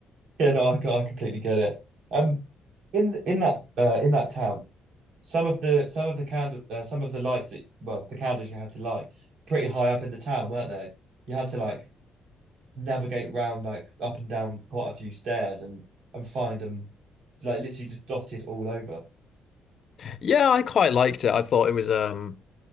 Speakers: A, on the right; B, on the left.
A: Yeah, no, I, c- I completely get it. Um, in in that uh, in that town, some of the some of the candle uh, some of the lights that well, the candles you had to light pretty high up in the town, weren't they? You had to like navigate round like up and down quite a few stairs and and find them like literally just dotted all over.
B: Yeah, I quite liked it. I thought it was um,